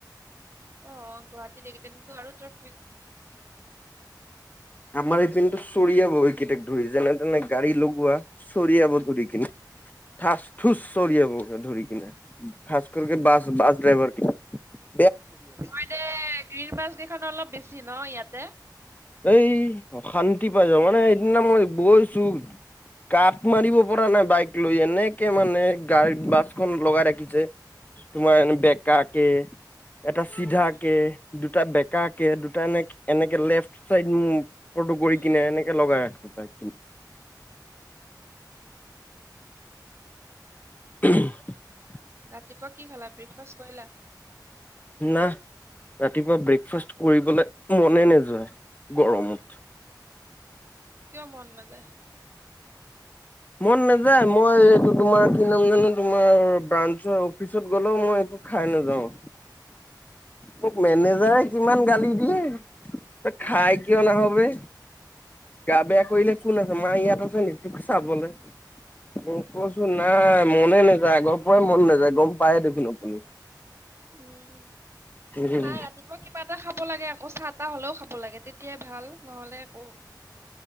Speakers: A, on the right; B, on the left.
A: অ, গুৱাহাটীত এনিটাইম টো আৰু ট্ৰেফিক
B: আমাৰ এইপিনেতো চৰিয়াব এইকেইটাক ধৰি, যেনে-তেনে গাড়ী লগোৱা, চৰিয়াব ধৰি কিনে ঠাচ-থুচ, চৰিয়াব ধৰি কিনে, খাচকৰকে বাছ- বাছ ড্ৰাইভাৰ কেইটাক
A: হয় দে, গ্ৰীণ বাছ কেইখন অলপ বেছি ন, ইয়াতে
B: এই, অশান্তি পাই যাওঁ, মানে সেইদিনা মই গৈছো কাত মাৰিব পৰা নাই বাইক লৈ, এনেকে মানে গাড়ীত বাছখন লগাই ৰাখিছে। তোমাৰ বেকাকে এটা চিধাকে,
A: উম,
B: দুটা বেকাকে,
A: উম,
B: দুটা এনে এনেকে লেফট চাইড। ফটো কৰি
A: উম,
B: কিনে এনেকে লগাই আ তিনি।
A: উম।
B: <inaudible>
A: ৰাতিপুৱা কি খালা ব্ৰেকফাষ্ট কৰিলা।
B: না ৰাতিপুৱা ব্ৰেকফাষ্ট কৰিবলৈ মনে নেযাই। গৰমত।
A: কিয় মন নাযায়।
B: মন নাযায় মই এইটো তোমাৰ কি নাম জানো তোমাৰ ব্ৰাঞ্চৰ। পিছত গ'লেও মই একো খাই নাযাওঁ। মোক মেনেজাৰে কিমান গালি দিয়ে। তই খাই
A: উম
B: কিয় নাহ বে গা বেয়া কৰিলে কোন আছে মা ইয়াত আছে নেকি ত। চাবলৈ মই কৈ চো নাই। মনে নাযায় আগৰ পৰাই মন নাযায় গম পায়েই দেখোন আপুনি।
A: উম
B: উম,
A: নাই ৰাতিপুৱা কিবা এটা খাব লাগে আকৌ চাট। টা হ'লেও খাব লাগে তেতিয়াই ভাল নহ'লে একো।